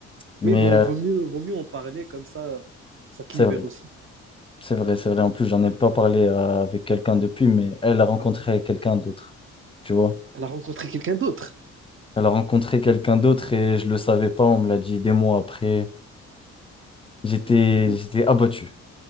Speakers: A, on the left; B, on the right.
A: mais
B: Mais bon,
A: euh,
B: vaut mieux, vaut mieux en parler, comme ça, ça te
A: c'est
B: libère
A: vrai,
B: aussi.
A: c'est vrai, c'est vrai. En plus, j'en ai pas parlé euh, avec quelqu'un depuis, mais elle a rencontré quelqu'un d'autre, tu vois.
B: Elle a rencontré quelqu'un d'autre.
A: Elle a rencontré quelqu'un d'autre et je le savais pas, on me l'a dit des mois après. J'étais,
B: M-
A: j'étais abattu.